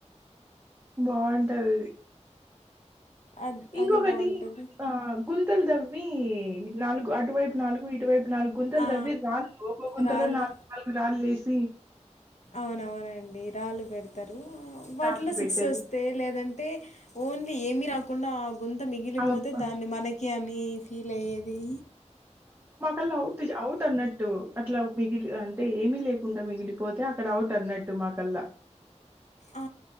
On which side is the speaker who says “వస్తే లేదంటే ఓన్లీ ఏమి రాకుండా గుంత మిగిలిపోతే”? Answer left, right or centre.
Left